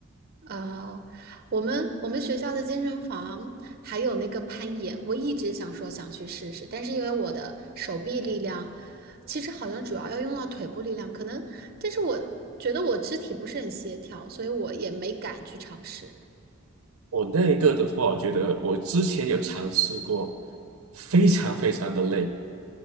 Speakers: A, on the right; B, on the right.
A: 呃，我们我们学校的健身房还有那个攀岩，我一直想说想去试试，但是因为我的手臂力量，其实好像主要要用到腿部力量，可能，但是我觉得我肢体不是很协调，所以我也没敢去尝试
B: 我那一个的话，我觉得我之前有尝试过，非常非常的累。